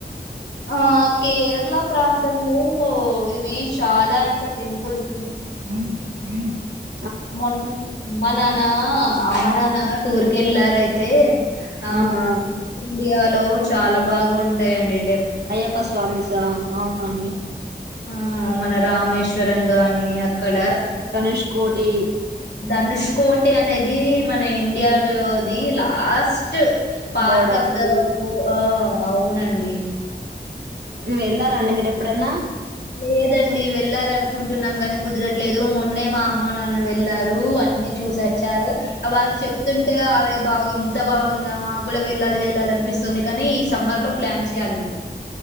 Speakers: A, on the left; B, on the right.
A: ఆ కేరళ ప్రాంతంలో ఇవి చాలా ఇంకా టెంపుల్స్
B: <inaudible>
A: మనన్ అమ్మ నానా అమ్మ నానా టూర్ కెళ్ళార అయితే ఆ
B: ఆహా
A: మన అ ఇండియాలో చాలా బాగా ఉంటాయంండి
B: అయ్యప్ప స్వామిీసా అవునండి
A: ఆ మన రామేశ్వరం గాని అక్కడ
B: దనుష్ కోటి
A: ధనుష్ కోటి అనేది మన ఇండియాలోది last part
B: border
A: of the tour ఆ అవునండి
B: వెళ్ళారాండి మీరు ఎప్పుడన్నా
A: లేదండి వెళ్ళాలి అనుకుంటున్నాం కాని కుదరట్లేదు మొన్నే మా అమ్మ నన్ను వెళ్ళారు అన్నీ చూసొచ్చారు వాళ్ళు చెప్తుంటే అదే బాగు ఇంత బాగుందాము ఆ కూడా వెళ్ళాలి వెళ్ళాలి అనిపిస్తుంది కానీ ఈ సమ్మర్ లో ప్లాన్ చేయాలి మరి